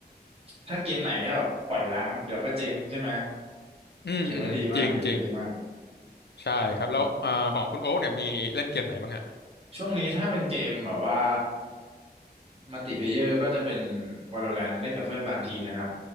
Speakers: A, on the right; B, on the left.
A: ถ้าเกมไหนที่แบบปล่อยล้างเดี๋ยวก็เจ๊งใช่ไหม
B: อืมอืมจริงจริง
A: ถือว่าดีมากถือว่าดีมาก
B: ใช่ครับแล้วอ่าของคุณโอ๊กเนี่ยมีเล่นเกมไหนบ้างฮะ
A: อืมช่วงนี้ถ้าเป็นเกมแบบว่ามัลติเพลเยอร์ก็จะเป็น Valorant เล่นกับเพื่อนบางทีนะครับ